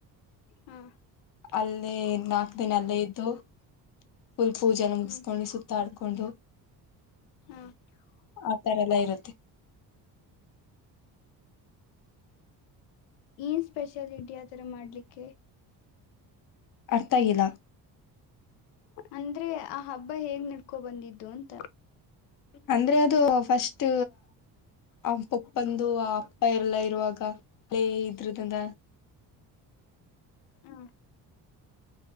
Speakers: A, on the left; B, on the left.
A: ಹ
B: ಅಲ್ಲಿ ನಾಕ್ ದಿನ ಅಲ್ಲೇ ಇದ್ದು ಫುಲ್ ಪೂಜೆನ ಮುಗಿಸ್ಕೊಂಡು
A: ಹ್ಮ್
B: ಸುತ್ತಾಡ್ ಕೊಂಡು
A: ಹ
B: ಆತರ ಎಲ್ಲ ಇರುತ್ತೆ
A: ಏನ್ ಸ್ಪೆಷಾಲಿಟಿ ಆ ಥರ ಮಾಡ್ಲಿಕ್ಕೆ
B: ಅರ್ಥ ಇಲ್ಲ
A: ಅಂದ್ರೆ ಆ ಹಬ್ಬ ಹೇಗ್ ನಡ್ಕೊ ಬಂದಿದ್ದು ಅಂತ.
B: ಅಂದ್ರೆ ಅದು ಫಸ್ಟ್ ಆ ಪಪ್ಪಂದು ಆ ಅಪ್ಪ ಎಲ್ಲ ಇರುವಾಗ ಹಳೇ ಇದ್ರದಿಂದ.
A: ಹಾ.